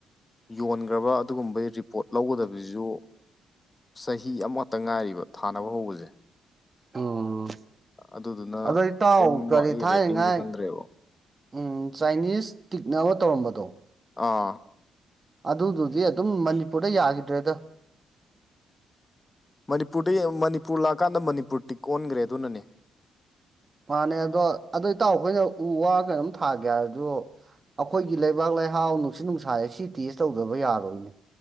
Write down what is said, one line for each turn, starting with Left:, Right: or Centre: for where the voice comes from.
Left: ꯌꯣꯟꯒ꯭ꯔꯕ ꯑꯗꯨꯒꯨꯝꯕꯒꯤ ꯔꯤꯄꯣꯠ ꯂꯧꯒꯗꯕꯖꯤꯖꯨ ꯆꯍꯤ ꯑꯃꯈꯇ ꯉꯥꯏꯔꯤꯕ ꯊꯥꯅꯕ ꯍꯧꯕꯖꯦ
Right: ꯎꯝ
Left: ꯑꯗꯨꯗꯨꯅ
Right: ꯑꯗꯣ ꯏꯇꯥꯎ
Left: ꯀꯩꯝ
Right: ꯀꯔꯤ
Left: ꯃꯥꯒꯤ
Right: ꯊꯥꯏꯉꯥꯏ
Left: ꯔꯦꯇꯤꯡꯁꯦ ꯈꯪꯗ꯭ꯔꯦꯕ
Right: ꯎꯝ ꯆꯥꯏꯅꯤꯁ ꯇꯤꯛꯅ ꯑꯃ ꯇꯧꯔꯝꯕꯗꯣ
Left: ꯑꯥ
Right: ꯑꯗꯨꯗꯨꯗꯤ ꯑꯗꯨꯝ ꯃꯅꯤꯄꯨꯔꯗ ꯌꯥꯒꯤꯗ꯭ꯔꯦꯗ
Left: ꯃꯅꯤꯄꯨꯔꯗ ꯃꯅꯤꯄꯨꯔ ꯂꯥꯛꯀꯥꯟꯗ ꯃꯅꯤꯄꯨꯔ ꯇꯤꯛ ꯑꯣꯟꯈ꯭ꯔꯦ ꯑꯗꯨꯅꯅꯦ
Right: ꯃꯥꯅꯦ ꯑꯗꯣ ꯑꯗꯨ ꯏꯇꯥꯎ ꯑꯩꯈꯣꯏꯅ ꯎ ꯋꯥ ꯀꯩꯅꯣꯝ ꯊꯥꯒꯦ ꯍꯥꯏꯔꯁꯨ ꯑꯩꯈꯣꯏꯒꯤ ꯂꯩꯕꯥꯛ ꯂꯩꯍꯥꯎ ꯅꯨꯡꯁꯤꯠ ꯅꯨꯡꯁꯥꯏ ꯑꯁꯤ ꯇꯦꯁ ꯇꯧꯗꯕ ꯌꯥꯔꯣꯏꯅꯦ